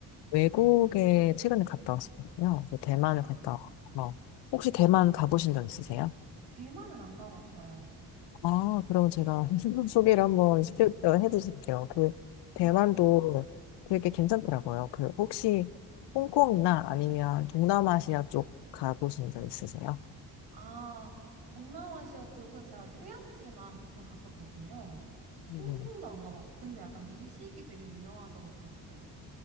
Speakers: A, on the left; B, on the right.
A: 외국에 최근에 갔다 왔었거든요. 그 대만을
B: 아.
A: 갔다 왔고. 혹시 대만 가보신 적 있으세요?
B: 대만은 안 가봤어요.
A: 아, 그럼 제가 <laughs> 소개를 한번 시켜, 어, 해드릴게요. 그 대만도
B: 네.
A: 되게 괜찮더라고요. 그 혹시 홍콩이나 아니면 동남아시아 쪽 가보신 적 있으세요?
B: 아, 동남아시아 쪽은 제가 휴양지만 보통 갔었거든요.
A: 네.
B: 홍콩도 안 가봤고, 근데 약간 미식이 되게 유명하다고 들었어요.